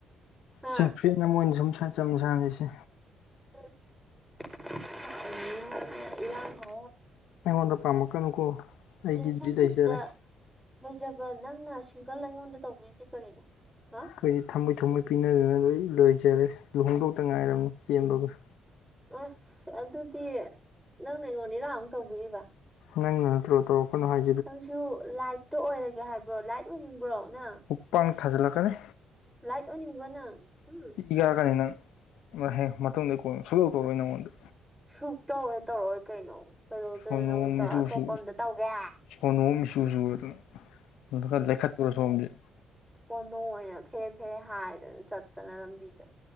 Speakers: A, in the centre; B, on the left.
A: ꯍꯥ
B: ꯁꯐ꯭ꯔꯤ ꯅꯪ ꯃꯣꯏꯅ ꯁꯨꯝ ꯆꯝ ꯁꯥꯡꯉꯁꯦ
A: <unintelligible>
B: ꯑꯩꯉꯣꯟꯗ ꯄꯥꯝꯃꯛꯀꯅꯨꯀꯣ
A: ꯔꯤꯂꯦꯁꯟꯁꯤꯞꯇ
B: ꯑꯩꯒꯤ ꯕꯤꯠ ꯂꯩꯖꯔꯦ
A: ꯔꯦꯂꯦꯁꯟꯁꯤꯞꯇ ꯂꯩꯖꯕ ꯅꯪꯅ ꯁꯤꯡꯒꯜ ꯑꯩꯉꯣꯟꯗ ꯇꯧꯕꯤꯔꯤꯁꯤ ꯀꯔꯤꯅꯣ ꯍꯥ
B: ꯑꯩꯈꯣꯏꯗꯤ ꯊꯥꯃꯣꯏ ꯊꯥꯃꯣꯏ ꯄꯤꯅꯗꯅ ꯂꯣꯏ ꯂꯣꯏꯖꯔꯦ ꯂꯨꯍꯣꯡꯗꯧꯇ ꯉꯥꯏꯔꯕꯅꯤ ꯆꯦꯟꯕꯒ ꯫
A: ꯑꯁ ꯑꯗꯨꯗꯤ ꯅꯪꯅ ꯑꯩꯉꯣꯟꯗ ꯏꯔꯥꯡ ꯑꯃꯨꯛ ꯇꯧꯕꯤꯔꯤꯕ ꯫
B: ꯅꯪꯅ ꯅꯠꯇ꯭ꯔꯣ ꯇꯧꯔꯛ ꯀꯩꯅꯣ ꯍꯥꯏ
A: ꯅꯪꯁꯨ ꯂꯥꯏꯠꯇꯣ ꯑꯣꯏꯔꯒꯦ ꯍꯥꯏꯕ꯭ꯔꯣ ꯂꯥꯏꯠ ꯑꯣꯏꯅꯤꯡꯕ꯭ꯔꯣ ꯅꯪ
B: ꯈꯨꯞꯄꯥꯛ ꯊꯥꯖꯜꯀꯅꯤ
A: ꯂꯥꯏꯠ ꯑꯣꯏꯅꯤꯡꯕ ꯅꯪ ꯎꯝ
B: ꯏꯈꯛꯀꯅꯤ ꯅꯪ ꯍꯦꯛ ꯃꯇꯨꯡꯗꯩ ꯀꯣꯟ ꯁꯨꯗꯣꯛ ꯇꯧꯔꯣꯏ ꯅꯪꯉꯣꯟꯗ
A: ꯁꯨꯛ ꯇꯧꯋꯦ ꯇꯧꯔꯛꯑꯣꯏ ꯀꯩꯅꯣ ꯀꯩꯗꯧꯗꯣꯏꯅꯣ
B: ꯁꯣꯅꯣ
A: ꯅꯪꯉꯣꯟꯗ
B: ꯑꯃ
A: ꯇꯧꯔ
B: ꯏꯆꯨ
A: ꯑꯇꯣꯞꯄ
B: ꯆꯨ
A: ꯑꯝꯗ ꯇꯧꯒꯦ
B: ꯁꯣꯅꯣ ꯑꯃ ꯏꯁꯨ ꯁꯣꯅꯣ ꯕꯗꯧꯅ ꯈꯔꯥ ꯂꯩꯈꯠꯄꯨꯔꯣ ꯁꯣꯝꯁꯦ
A: ꯍꯣꯃꯣ ꯑꯣꯏꯅ ꯐꯦꯔꯦ ꯐꯦꯔꯦ ꯍꯥꯏꯔꯗꯅ ꯆꯠꯇꯅ ꯂꯝꯕꯤꯗ